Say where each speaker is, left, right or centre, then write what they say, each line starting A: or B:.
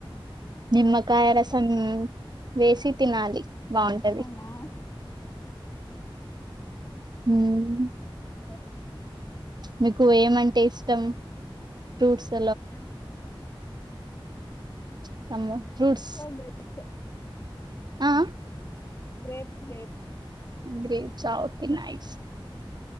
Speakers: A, on the right (about 50°); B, on the left (about 30°).
A: నిమ్మకాయ రసమ్ వేసి తినాలి బాగుంటది
B: అవునా
A: మ్
B: ఇంట మరా స
A: మికు ఏమంటె ఇష్టం ఫ్రూట్స్
B: నాకు సమోస
A: సమో ఫ్రూట్స్
B: లో గ్రేప్స్
A: ఆ అ
B: గ్రేప్ గ్రేప్
A: గ్రీప్సా ఓకె నాయిస్